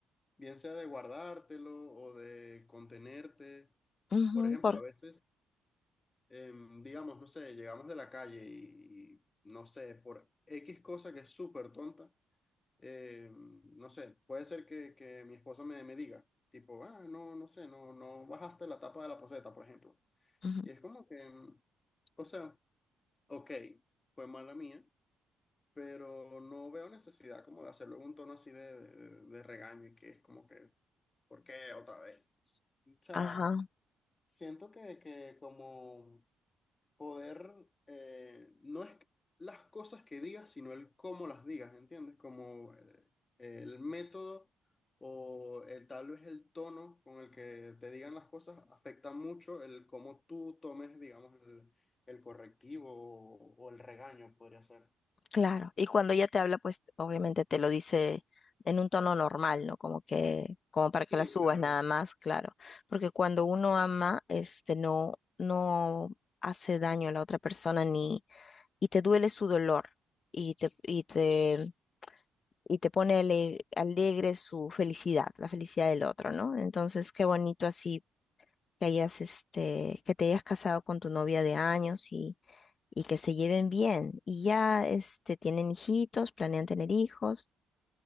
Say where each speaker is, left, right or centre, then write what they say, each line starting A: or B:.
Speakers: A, on the left; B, on the left.
A: bien sea de guardártelo o de contenerte.
B: ujú,
A: Por ejemplo,
B: por,
A: a veces, em, digamos, no sé, llegamos de la calle y, y, no sé, por X cosa que es súper tonta, em, no sé, puede ser que, que mi esposa me, me diga. Tipo, ah, no, no sé, no, no bajaste la tapa de la poceta, por ejemplo.
B: ujú,
A: Y es como que, mm, o sea, ok, fue mala mía, pero no veo necesidad como de hacerlo en un tono así de, de, de regaño y que es como que, ¿por qué otra vez? O sea,
B: ajá,
A: siento que, que como poder, eh, no es las cosas que digas, sino el cómo las digas, ¿entiendes? Como eh, el, método o el, tal vez el tono con el que te digan las cosas afecta mucho el cómo tú tomes, digamos, el, el correctivo o, o el regaño, podría ser.
B: claro. Y cuando ella te habla, pues obviamente te lo dice en un tono normal, ¿no? Como que, como para
A: Sí,
B: que la subas
A: claro.
B: nada más, claro. Porque cuando uno ama, este, no, no hace daño a la otra persona ni, y te duele su dolor y te, y te y te pone ale- alegre su felicidad, la felicidad del otro, ¿no? Entonces, qué bonito así que hayas, este, que te hayas casado con tu novia de años y, y que se lleven bien. Y ya, este, tienen hijitos, planean tener hijos.